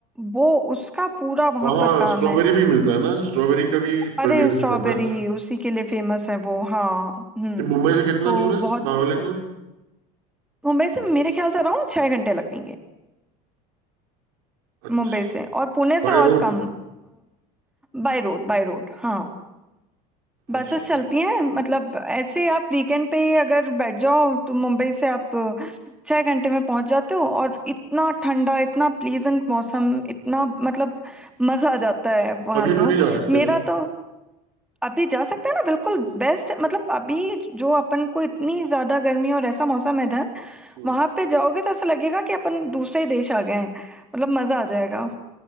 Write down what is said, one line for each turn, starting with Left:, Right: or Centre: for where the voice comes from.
Centre: वो उसका पूरा वहां
Right: वहाँ
Centre: पर काम
Right: स्ट्रॉबेरी
Centre: है
Right: भी मिलता है ना स्ट्रॉबेरी का भी कल्टीवेशन
Centre: अरे स्ट्रॉबेरी
Right: होता है
Centre: उसी के लिए फेमस है वो हाँ हम्म
Right: ये मुंबई से
Centre: तो
Right: कितना दूर है
Centre: बहुत
Right: महाबलेश्वर
Centre: ही बढ़िया मुंबई से मेरे ख्याल से अराउंड छह घंटे लगेंगे
Right: अच्छा
Centre: मुंबई से और पुणे से
Right: बाय
Centre: और
Right: रोड
Centre: कम बाय रोड बाय रोड हाँ बसेस
Right: अच्छा
Centre: चलती हैं मतलब ऐसे आप वीकेंड पे ही अगर बैठ जाओ तो मुंबई से आप अ, छह घंटे में पहुंच जाते हो और इतना ठंडा इतना प्लीजेंट मौसम इतना मतलब मजा आ जाता है वहां
Right: अभी तो
Centre: तो
Right: नहीं जा सकते
Centre: मेरा
Right: ना
Centre: तो अभी जा सकते हैं ना बिल्कुल बेस्ट मतलब अभी जो अपन को इतनी ज्यादा गर्मी और ऐसा मौसम है इधर
Right: हम्म।
Centre: वहां पे जाओगे तो ऐसा लगेगा कि अपन दूसरे ही देश आ गए हैं मतलब मजा आ जाएगा